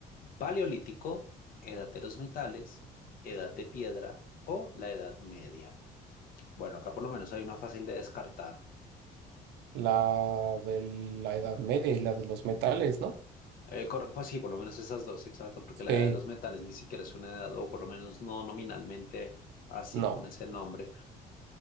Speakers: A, on the left; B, on the right.
A: paleolítico, edad de los metales, edad de piedra o la edad media. Bueno, acá por lo menos hay una fácil de descartar.
B: La de la Edad Media y la de los metales, ¿no?
A: Eh, cor- pues sí, por lo menos esas dos, exacto, porque la
B: Sí,
A: edad de los metales ni siquiera es una edad, o por lo menos no nominalmente así,
B: no.
A: con ese nombre.